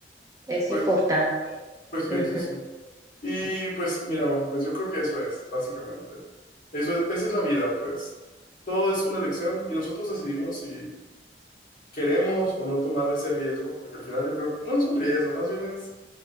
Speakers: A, on the right (about 20°); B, on the left (about 50°).
A: Es
B: Pues,
A: importante.
B: pues sí,
A: Ujú.
B: sí, sí. Y pues mira, Majo, pues yo creo que eso es, básicamente. Eso es, esa es la vida, pues. Todo es una elección y nosotros decidimos si queremos o no tomar ese riesgo, porque al final yo creo que no es un riesgo, más bien es